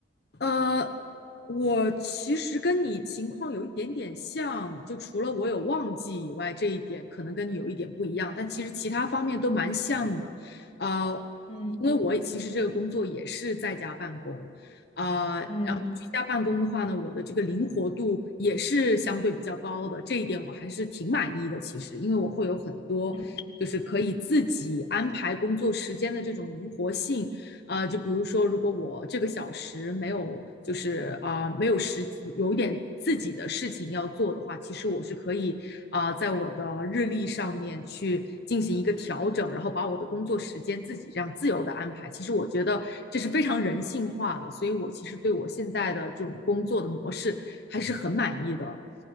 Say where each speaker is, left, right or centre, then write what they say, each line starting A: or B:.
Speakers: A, on the left; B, on the left.
A: 呃，我其实跟你情况有一点点像，就除了我有忘记以外，这一点可能跟你有一点不一样，但其实其他方面都蛮像的。呃，
B: 嗯
A: 因为我也其实这个工作也是在家办公，啊，
B: 嗯
A: 然后居家办公的话呢，我的这个灵活度也是相对比较高的，这一点我还是挺满意的。其实，因为我会有很多就是可以自己安排工作时间的这种灵活性。
B: 嗯
A: 呃，就比如说，如果我这个小时没有，就是啊、呃没有时，有一点自己的事情要做的话，其实我是可以啊、呃在我的日历上面去进行一个调整，然后把我的工作时间自己这样自由的安排。其实我觉得这是非常人性化的，所以我其实对我现在的这种工作的模式还是很满意的。